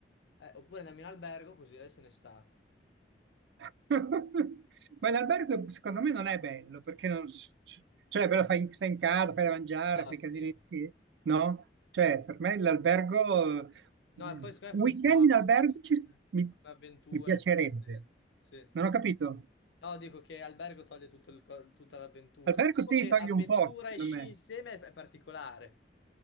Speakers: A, on the left; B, on the right.
A: Eh, oppure andiamo in albergo così lei se ne sta.
B: <laughs> Ma l'albergo secondo me non è bello, perché non... Cioè, però fai, stai in casa, fai da mangiare,
A: Ah,
B: fai
A: sì.
B: casini, sì, no? Cioè, per me l'albergo...
A: No,
B: mm,
A: e poi secondo
B: Un
A: me funzioniamo
B: weekend in
A: abbastanza
B: albergo ci-
A: come
B: mi,
A: come avventura,
B: mi piacerebbe.
A: è più divertente. Sì.
B: Non ho capito.
A: No, dico che albergo toglie tutto il co- tutta l'avventura.
B: Albergo
A: Diciamo
B: sì,
A: che
B: togli
A: avventura
B: un po', secondo
A: e sci
B: me.
A: insieme è è particolare.